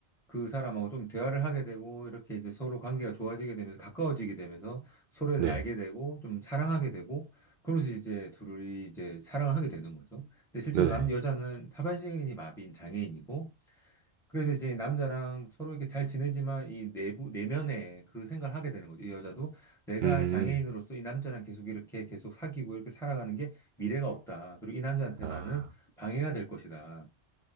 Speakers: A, in the centre; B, on the right.
A: 그 사람하고 좀 대화를 하게 되고 이렇게 이제 서로 관계가 좋아지게 되면서 가까워지게 되면서 서로에
B: 네,
A: 서 알게 되고 좀 사랑하게 되고 그러면서 이제 둘이 이제 사랑을 하게 되는 거죠. 근데 실제로
B: 네네.
A: 남 여자는 하반신이 마비인 장애인이고 그래서 이제 남자랑 서로 이렇게 잘 지내지만 이 내부, 내면에 그 생각을 하게 되는 거죠. 이 여자도 내가
B: 음,
A: 장애인으로서 이 남자랑 계속 이렇게 계속 사귀고 이렇게 살아가는 게 미래가 없다. 그리고 이 남자한테
B: 아,
A: 나는 방해가 될 것이다.